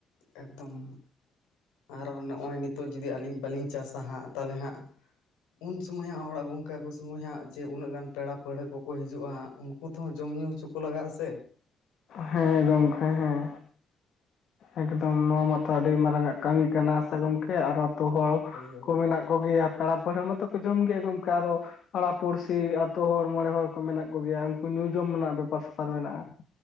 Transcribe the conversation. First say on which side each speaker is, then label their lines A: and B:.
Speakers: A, on the left (about 70°); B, on the left (about 55°).
A: ᱮᱠᱫᱚᱢ ᱟᱨ ᱱᱚᱜ-ᱚᱭ ᱱᱤᱛᱚᱜ ᱡᱩᱫᱤ ᱟᱹᱞᱤᱧ ᱵᱟᱹᱞᱤᱧ ᱪᱟᱥᱟ ᱦᱟᱸᱜ ᱛᱟᱦᱞᱮ ᱦᱟᱸᱜ ᱩᱱ ᱥᱩᱢᱚᱭ ᱦᱟᱜ ᱦᱚᱲᱟᱜ ᱜᱚᱝᱠᱮ ᱥᱩᱢᱩᱭ ᱦᱟᱸᱜ ᱡᱮ ᱩᱱᱟᱹᱜ ᱜᱟᱱ ᱯᱮᱲᱟ ᱯᱟᱹᱲᱦᱟᱹ ᱠᱚᱠᱚ ᱦᱤᱡᱩᱜ-ᱟ ᱩᱱ ᱠᱩ ᱛᱚᱦᱚᱸ ᱡᱚᱢ ᱧᱩ ᱦᱚᱪᱚ ᱞᱟᱜᱟᱜ-ᱟ ᱥᱮ
B: ᱦᱮᱸ ᱜᱚᱝᱠᱮ ᱦᱮᱸ ᱮᱠᱫᱚᱢ ᱱᱚᱣᱟ ᱢᱟᱛᱚ ᱟᱹᱰᱤ ᱢᱟᱨᱟᱝ ᱟᱜ ᱠᱟᱹᱢᱤ ᱠᱟᱱᱟ ᱥᱮ ᱜᱚᱝᱠᱮ ᱟᱨ ᱟᱛᱳ ᱦᱚᱲ
A: ᱦᱳᱭ ᱦᱳᱭ
B: ᱠᱚ ᱢᱮᱱᱟᱜ ᱠᱚ ᱜᱮᱭᱟ ᱯᱮᱲᱟ ᱯᱟᱹᱲᱦᱟᱹ ᱢᱟᱛᱚ ᱠᱚ ᱡᱚᱢ ᱜᱮᱭᱟ ᱜᱚᱝᱠᱮ ᱟᱨᱚ ᱯᱟᱲᱟ ᱯᱩᱲᱥᱤ ᱟᱛᱳ ᱦᱚᱲ ᱢᱚᱬᱮ ᱦᱚᱲ ᱠᱚ ᱢᱮᱱᱟᱜ ᱠᱚ ᱜᱮᱭᱟ ᱩᱱᱠᱩ ᱧᱩ ᱡᱚᱢ ᱨᱮᱱᱟᱜ ᱵᱮᱯᱟᱨ ᱥᱮᱯᱟᱨ ᱢᱮᱱᱟᱜ-ᱟ᱾